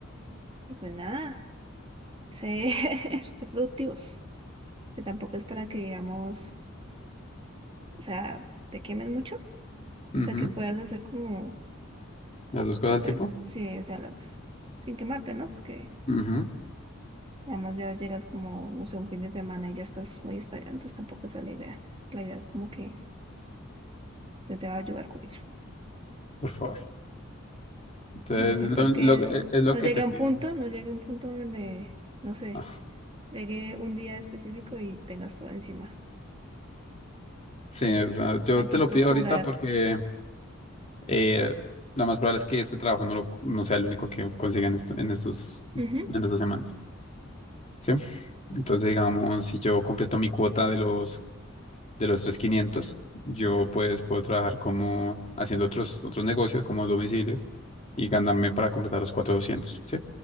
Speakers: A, on the right (about 25°); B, on the left (about 35°).
A: y pues nada, ser, <laughs> ser productivos. que tampoco es para que, digamos, o sea, te quemen mucho, o
B: ujú,
A: sea, que puedas hacer como,
B: las dos cosas
A: pues,
B: al tipo.
A: es- sí, o sea, las, sin quemarte, ¿no? Porque,
B: Ujú,
A: digamos, ya llegas como, no sé, un fin de semana y ya estás muy estallado, entonces tampoco esa es la idea. Es la idea como que yo te va a ayudar con eso,
B: por favor. Entonces,
A: que no sientas
B: lo-
A: que
B: lo- es lo
A: no
B: que
A: llegue
B: te
A: a
B: pido.
A: un punto,
B: ¿no?
A: no llegue a un punto donde, no sé,
B: Ah,
A: llegue un día específico y tengas todo encima.
B: sí,
A: Entonces,
B: o sea, yo
A: hay que
B: te lo
A: procurar.
B: pido ahorita porque Eh, lo más probable es que este trabajo no, lo- no sea el único que consiga en, esto- en estos, en
A: Ujú,
B: estas dos semanas, ¿sí? Entonces, digamos, si yo completo mi cuota de los, de los 3.500, yo pues puedo trabajar como haciendo otros, otros negocios, como domicilios, y ganarme para completar los 4.200, ¿sí?